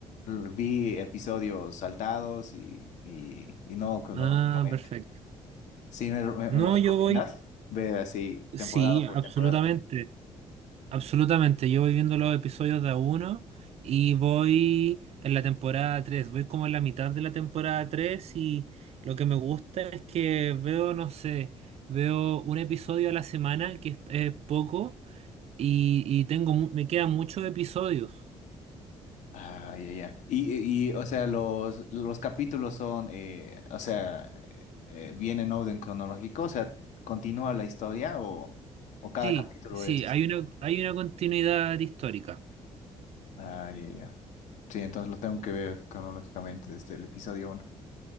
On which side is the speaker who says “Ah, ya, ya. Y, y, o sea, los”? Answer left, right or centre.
Left